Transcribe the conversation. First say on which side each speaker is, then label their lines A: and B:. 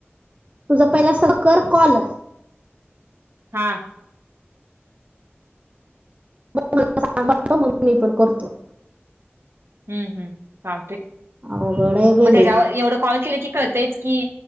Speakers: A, on the right (about 35°); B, on the right (about 65°).
A: तुझा पहिला सगळ कर कॉल.
B: हा.
A: मला सांग म मी पण करतो.
B: हम्म हम्म सांगते.
A: अवघड आहे बेले
B: मग त्याच्यावर एवढं कॉल केलं की तेच की